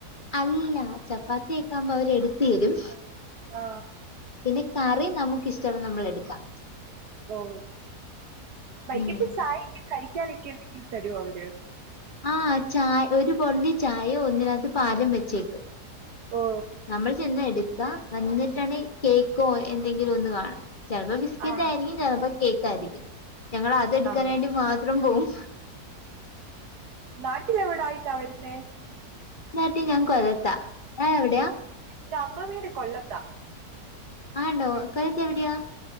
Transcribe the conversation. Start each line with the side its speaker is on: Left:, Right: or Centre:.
Left: അല്ല ചപ്പാത്തിക്കാകുമ്പോ അവര് എടുത്ത് തരും.
Right: ആ
Left: പിന്നെ കറി നമക്ക് ഇഷ്ടള്ള നമ്മക്കെട്ക്ക
Right: ഓ വൈകിട്ട്
Left: ഉം
Right: ചായക്കെ കഴിക്കാനൊക്കെ എന്തെങ്കിലും തരോ അവര്?
Left: ആ ചാ ഒരു ബൊള്ളി ചായേം ഒന്നിനകത്ത് പാലും വെച്ചേക്കും
Right: ഓ
Left: നമ്മൾ ചെന്ന് എടുക്ക എന്നിട്ടാണ കേക്ക് ക്കൊ എന്തെങ്കിലും ഒന്ന് കാണും ചിലപ്പോ ബിസ്ക്കറ്റ്
Right: ആ
Left: ആയിരിക്കും ചിലപ്പോ കേക്ക് ആയിരിക്കും. ഞങ്ങൾ അതെടുക്കാൻ
Right: ആ
Left: ആയിട്ട് മാത്രം പോവും.
Right: നാട്ടിലെവിടായിട്ടാ വെരുന്നേ
Left: ഈ നാട്ടിഞാൻ കൊല്ലത്താ എ വിടെയ
Right: ഇന്റെ അമ്മ വീട് കൊല്ലത്താ
Left: ആണ്ടോ കരുത്തി എവിടെയാ